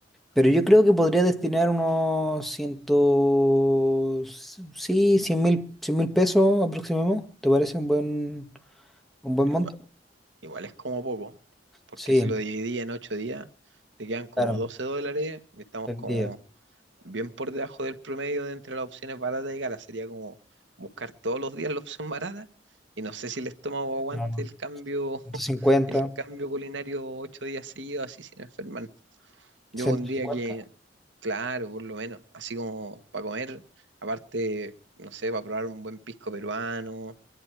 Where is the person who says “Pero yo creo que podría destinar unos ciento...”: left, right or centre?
Centre